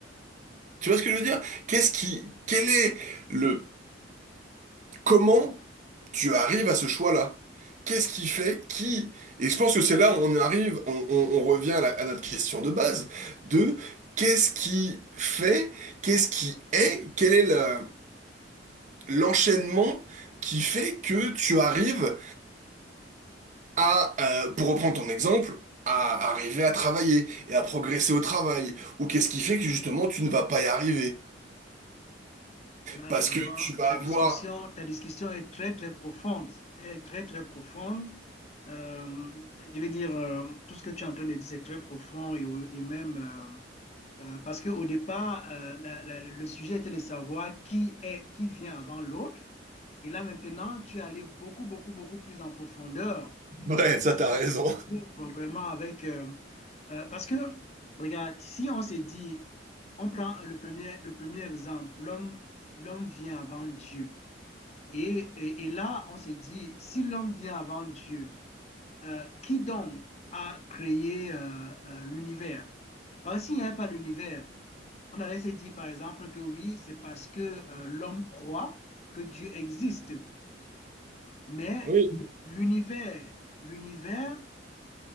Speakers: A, on the right; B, on the left.
A: Tu vois ce que je veux dire? Qu'est-ce qui, quel est le Comment tu arrives à ce choix-là? Qu'est-ce qui fait qui? Et je pense que c'est là où on arrive, on, on- on revient à, la- à notre question de base, de qu'est-ce qui fait, qu'est-ce qui est, quel est le- l'enchaînement qui fait que tu arrives à, euh, pour reprendre ton exemple, à arriver à travailler et à progresser au travail, ou qu'est-ce qui fait que justement tu ne vas pas y arriver?
B: Là,
A: Parce
B: vraiment,
A: que tu vas
B: ta discussion,
A: avoir...
B: ta discussion est très, très profonde. Elle est très, très profonde. Euh, je veux dire, euh, tout ce que tu es en train de dire, c'est très profond et, et même euh, euh, parce qu'au départ, euh, la- la- le sujet était de savoir qui est, qui vient avant l'autre. Et là, maintenant, tu es allé beaucoup, beaucoup, beaucoup plus en profondeur.
A: Ouais,
B: Et
A: ça t'as
B: on
A: raison.
B: se retrouve vraiment avec... euh, euh, parce que, regarde, si on s'est dit, on prend le premier, le premier exemple, l'homme, l'homme vient avant Dieu. Et, et- et là, on s'est dit, si l'homme vient avant Dieu, euh, qui donc a créé euh, euh, l'univers? Parce qu'il n'y avait pas l'univers, on allait se dire, par exemple, que oui, c'est parce que euh, l'homme croit que Dieu existe. Mais
A: Oui,
B: l'univers, l'univers,